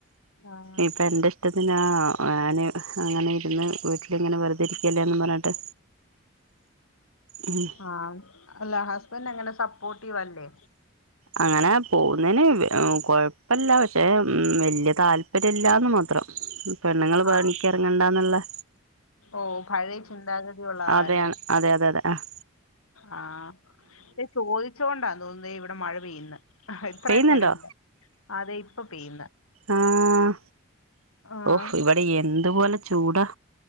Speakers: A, on the left; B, on the right.
A: ആഹ്
B: ഇപ്പ എന്റെ ഇഷ്ടത്തിനാ ഞാന് അങ്ങനെ ഇരുന്ന് വീട്ടിലിങ്ങനെ വെറുതെ ഇരിക്കല്ലേന്നും പർഞ്ഞിട്ട് ഉഹും
A: ആഹ് അല്ല ഹസ്ബൻഡ് എങ്ങനെ, സപ്പോർട്ടീവല്ലേ?
B: അങ്ങനെ പോ പോവുന്നേന് കൊഴപ്പല്ല. പക്ഷേ വല്യ താല്പര്യല്ലാന്ന് മാത്രം. പെണ്ണുങ്ങൾ പണിക്കെർങ്ങണ്ടാ
A: ആഹ്
B: ന്ന്ള്ളെ
A: ഓഹ് പഴയ ചിന്താഗതി ഉള്ള ആളാല്ലേ.
B: അതെയാണ് അതെ അതെ അതെ അഹ്.
A: ആഹ്. ദേ ചോദിച്ചകൊണ്ടാന്ന് തോന്നുന്നു ഇവിടെ മഴ പെയ്യ്ന്ന്. അഹ്ഇത്രയും
B: പെയ്യുന്നുണ്ടോ
A: നേരവില്ല. അതെ. ഇപ്പ പെയ്യുന്ന്.
B: ആഹ്.
A: ആഹ്
B: ഒഹ് ഇവിടെ എന്തുപോലെ ചൂടാ.